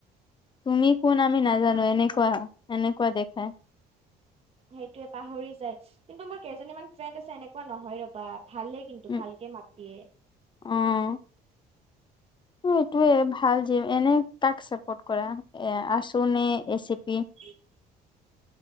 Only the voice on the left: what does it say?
তুমি কোন আমি নাজানো এনেকুৱা, এনেকুৱা দেখাই।
উম
অ'। এইটোয়ে ভাল যে এনে কাক চাপৰ্ট কৰা এ আছো নে এজেপি?